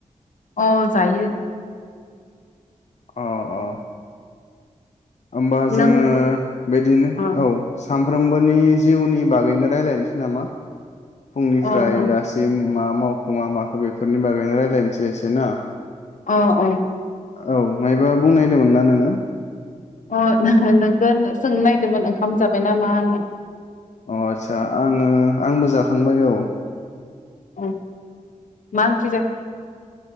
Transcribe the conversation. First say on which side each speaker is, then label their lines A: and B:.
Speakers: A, on the left (about 75°); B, on the left (about 60°).
A: अ जायो।
B: अ अ। ओमबा जोङो
A: नों
B: बेदिनो
A: अ
B: औ। सामफ्रोमबोनि जिउनि बागैनो रायलायनसै नामा! फुंनिफ्राय
A: अ अ
B: दासिम मा मावखो मा माखो बेफोरनि बागैनो रायलानसै एसे ना।
A: अ अ
B: औ मायबा बुंनायदोमोन ना नोङो
A: अ नो नोंखोन सोंनो नायदोंमोन ओंखाम जाबाय ना मा होननानै?
B: अ आदसा आङो आंबो जाखांबाय औ।
A: औ मा ओंख्रि जाख